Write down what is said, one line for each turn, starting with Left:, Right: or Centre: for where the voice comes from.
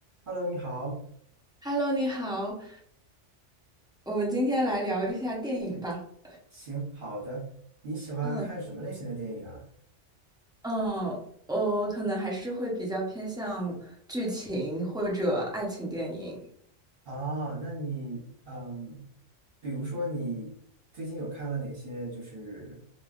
Right: Hello，你好，
Centre: Hello，你好，我们今天来聊一下电影吧。
Right: 行，好的。你喜欢看什么类型的电影啊？
Centre: 嗯嗯，我可能还是会比较偏向剧情或者爱情电影。
Right: 啊，那你，嗯，比如说你最近有看了哪些就是